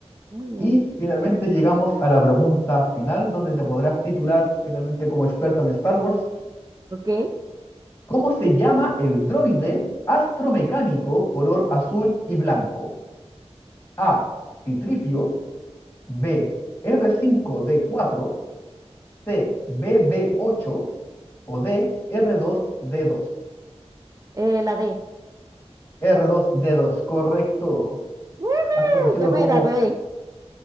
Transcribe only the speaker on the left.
y finalmente llegamos a la pregunta final, donde te podrás titular finalmente como experta en Star Wars.
¿Cómo se llama el droide astromecánico color azul y blanco? A. Citripio. B. R5D4. C. BB8. O D. R2D2.
R2D2, correcto.
Más conocido
como